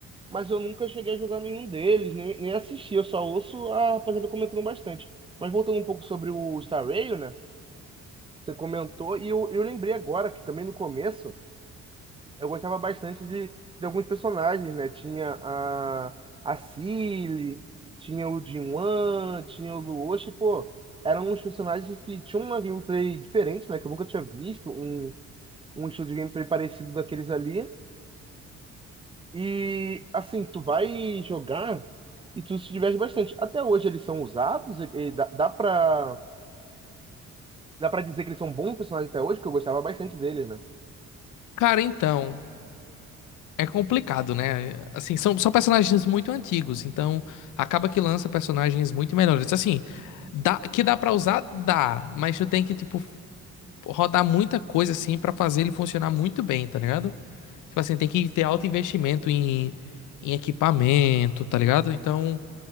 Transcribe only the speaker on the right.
Mas eu nunca cheguei a jogar nenhum deles, nem, nem assisti. Eu só ouço a rapaziada comentando bastante. Mas voltando um pouco sobre o Star Rail, né? Você comentou. E eu, eu lembrei agora que também no começo. eu gostava bastante de, de alguns personagens, né? Tinha a, a Cilly, tinha o Jinwan, tinha o Luoshi, pô, eram uns personagens que tinham uma gameplay diferente, né? Que eu nunca tinha visto, um, um estilo de gameplay parecido daqueles ali. E, assim, tu vai jogar e tu se diverte bastante. Até hoje eles são usados, e, e dá, dá pra, dá pra dizer que eles são bons personagens até hoje, porque eu gostava bastante deles, né?